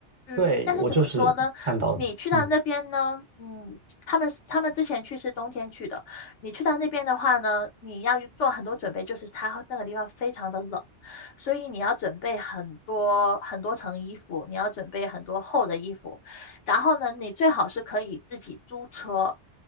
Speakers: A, on the left; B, on the right.
A: 嗯，
B: 对，
A: 但是怎么说呢？
B: 我就是看到了，
A: 你去到那边呢，
B: 嗯
A: 嗯，他们他们之前去是冬天去的，你去到那边的话呢，你要做很多准备，就是它那个地方非常的冷，所以你要准备很多很多层衣服，你要准备很多厚的衣服，然后呢，你最好是可以自己租车，